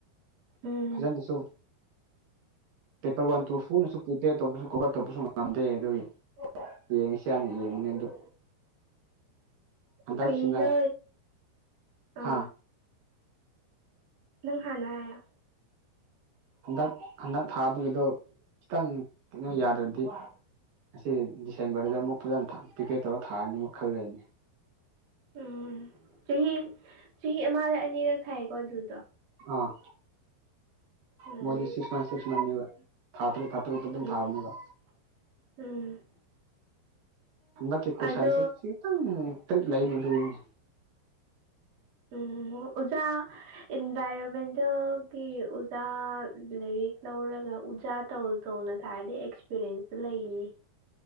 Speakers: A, on the right; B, on the right.
A: ꯎꯝ
B: ꯐꯖꯅꯁꯨ ꯄꯦꯄꯔ ꯋꯥꯟ ꯇꯨ ꯐꯣꯔꯅꯁꯨ ꯄ꯭ꯔꯤꯄꯦꯌꯔ ꯇꯧꯕꯁꯨ ꯀꯕꯔ ꯇꯧꯕꯁꯨ ꯉꯝꯗꯦ ꯑꯗꯨꯒꯤ ꯌꯦꯡꯉꯁꯌꯥꯅꯤ ꯌꯦꯡꯉꯅꯤ ꯑꯗꯨ
A: <inaudible>
B: ꯍꯟꯗꯛꯁꯤꯅ
A: ꯀꯩꯅꯣ ꯑꯥ
B: ꯍꯥꯥ
A: ꯅꯪ ꯍꯥꯟꯅ ꯍꯥꯏꯌꯣ
B: ꯍꯟꯗꯛ ꯍꯟꯗꯛ ꯊꯥꯕꯒꯤꯗꯣ ꯈꯤꯇꯪ ꯀꯩꯅꯣ ꯌꯥꯗ꯭ꯔꯗꯤ ꯑꯁꯤ ꯗꯤꯁꯦꯝꯕꯔꯗ ꯑꯃꯨꯛ ꯐꯖꯅ ꯊꯥ ꯄꯤꯄꯤꯔ ꯇꯧꯔ ꯊꯥꯑꯅꯤ ꯑꯃꯨꯛ ꯈꯜ ꯂꯩꯅꯤ
A: ꯎꯝ ꯆꯍꯤ ꯆꯍꯤ ꯑꯃꯗ ꯑꯅꯤꯔꯛ ꯊꯥꯏꯌꯦꯀꯣ ꯑꯗꯨꯗꯣ
B: ꯑꯥ
A: ꯎꯝ
B: ꯃꯣꯏꯗꯤ ꯁꯤꯛꯁ ꯃꯟ ꯁꯤꯛꯁ ꯃꯟ ꯅꯦꯕ ꯊꯥ ꯇꯔꯨꯛ ꯊꯥ ꯇꯔꯨꯛꯇ ꯑꯗꯨꯝ
A: ꯎꯝ
B: ꯊꯥꯕꯅꯦꯕ
A: ꯎꯝ
B: ꯍꯟꯗꯛꯀꯤ ꯀꯣꯏꯁꯟꯁꯤ
A: ꯑꯗꯣ
B: ꯈꯤꯇꯪ ꯇ꯭ꯔꯤꯛ ꯂꯩꯅꯤ ꯑꯗꯨꯒꯤꯅꯦ
A: ꯎꯝ ꯑꯣꯖꯥ ꯏꯟꯚꯥꯏꯔꯣꯟꯃꯦꯟꯇꯦꯜꯒꯤ ꯑꯣꯖꯥ ꯂꯥꯏꯔꯤꯛ ꯂꯧꯔꯒ ꯑꯣꯖꯥ ꯇꯧ ꯇꯧꯅ ꯊꯥꯔꯗꯤ ꯑꯦꯛꯁꯄꯤꯔꯦꯟꯁꯇꯨ ꯂꯩꯅꯤ